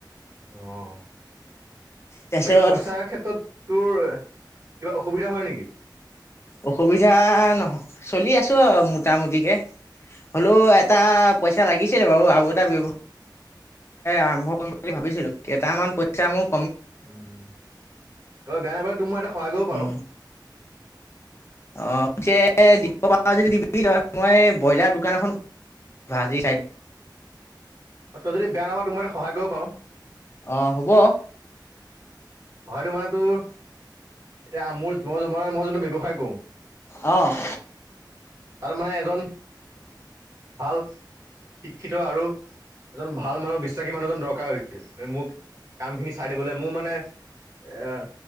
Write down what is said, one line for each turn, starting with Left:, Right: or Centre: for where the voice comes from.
Right: অ'
Left: তাৰপিছত
Right: আৰু পইচাৰ ক্ষেত্ৰত তোৰ কিবা অসুবিধা হয় নেকি?
Left: অসুবিধা নহয় চলি আছো আৰু মোটামুটিকে হলেও এটা পইচা লাগিছিল বাৰু আৰু এটা ব্যৱ আৰম্ভ কৰিম বুলি ভাবিছিলোঁ কেইটামান পইচা মোক
Right: উম তই বেয়া নাপালে তোৰ মই এটা সহায় কৰিব
Left: উম
Right: পাৰো।
Left: অ' পিছে দিব পাৰ যদি দিবি তই মই ব্ৰইলাৰ দোকান এখন ভাজি খাই
Right: অ', তই যদি বেয়া নাপাৱ তোক মই এটা সহায় কৰিব পাৰোঁ।
Left: অ', হ'ব।
Right: সহায়টো মানে তোৰ, এতিয়া মোৰ মই-মই-মই জোনটো ব্যৱসায় কৰোঁ।
Left: অ',
Right: তাতে মানে এজন, ভাল শিক্ষিত আৰু এজন ভাল মানুহ, বিশ্বাসী মানুহ এজন দৰকাৰ হৈছে, মোক কাম খিনি চাই দিবলে, মোৰ মানে এ',